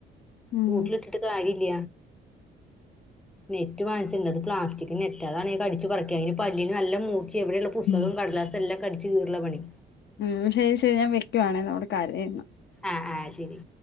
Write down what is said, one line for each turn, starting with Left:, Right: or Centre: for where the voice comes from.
Left: ഉം
Centre: കൂട്ടിലിട്ടിട്ട് കാര്യല്ല നെറ്റ് മാച്ചിണ്ടത് പ്ലാസ്റ്റിക്ക് നെറ്റ അതണെ കടിച്ച് പറക്ക അതി പല്ലിന് നല്ല മൂറിച്ച എവിടെയ പുസ്തകം
Left: ഉം
Centre: കടലാസം എല്ലാം കടിച്ച് കീറല പണി
Left: ഉം ശരി ശരി ഞാൻ വെക്കുവാണേ അവള് കരയ്ന്ന്
Centre: ആഹ് ആഹ് ശരി